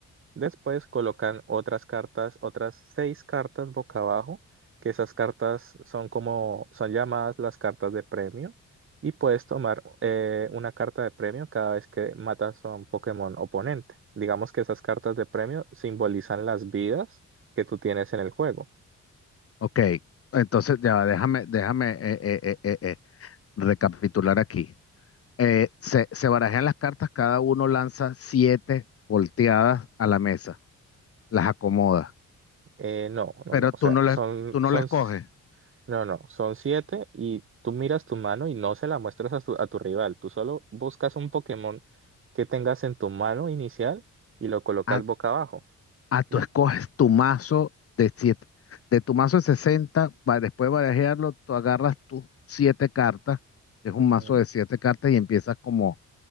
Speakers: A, on the right; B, on the left.
A: Después colocan otras cartas, otras seis cartas boca abajo, que esas cartas son como, son llamadas las cartas de premio. Y puedes tomar eh, una carta de premio cada vez que matas a un Pokémon oponente. Digamos que esas cartas de premio simbolizan las vidas que tú tienes en el juego.
B: ok. Entonces, ya, va, déjame, déjame eh, eh, eh, eh, eh, recapitular aquí. Eh, se, se barajan las cartas, cada uno lanza siete volteadas a la mesa, las acomoda,
A: Eh, no, no,
B: pero
A: no, o
B: tú
A: sea,
B: no les,
A: son,
B: tú no
A: son,
B: les
A: s-
B: coges.
A: no, no, son siete y tú miras tu mano y no se la muestras a tu, a tu rival, tú solo buscas un Pokémon que tengas en tu mano inicial y lo colocas
B: Ah,
A: boca abajo,
B: Ah, tú
A: ¿ya?
B: escoges tu mazo de siete, de tu mazo de 60, va- después de barajearlo, tú agarras tus siete cartas, que es un
A: Ujú.
B: mazo de siete cartas, y empiezas como